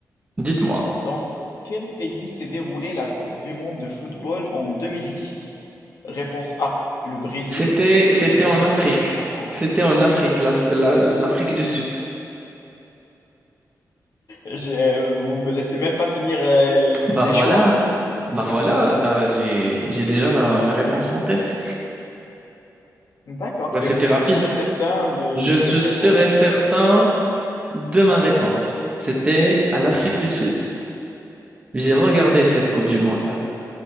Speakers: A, on the right (about 20°); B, on the left (about 65°).
A: Dites-moi,
B: Dans quel pays s'est déroulée la Coupe du monde de football en 2010? Réponse A, le Brésil.
A: c'était c'était
B: Réponse
A: en Afrique,
B: B, la France.
A: c'était en Afrique, la- la- l'Afrique du Sud.
B: Je- vous me laissez même pas finir, euh, les
A: Bah voilà,
B: choix?
A: bah voilà, bah j'ai j'ai déjà la, la réponse en tête.
B: D'accord.
A: Bah
B: Et
A: c'était
B: vous
A: rapide.
B: êtes sûr et certain de,
A: Je
B: de
A: suis
B: cette réponse?
A: sûr et certain de ma réponse. C'était à l'Afrique du Sud. J'ai regardé cette
B: <laughs>
A: Coupe du Monde-là.